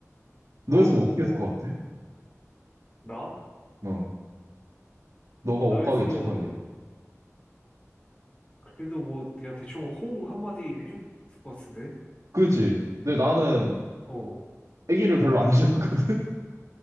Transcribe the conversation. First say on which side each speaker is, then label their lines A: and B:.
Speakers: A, on the right; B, on the left.
A: 너였으면
B: 어,
A: 어떻게
B: 어.
A: 했을 것 같아?
B: 나?
A: 어. 너가
B: 나였으면,
A: 옷가게 직원이야.
B: 그래도 뭐, 그냥 대충 호응 한마디 해줬을 것 같은데?
A: 그지? 근데 나는
B: 어,
A: 애기를 별로 안 좋아하거든? <laughs>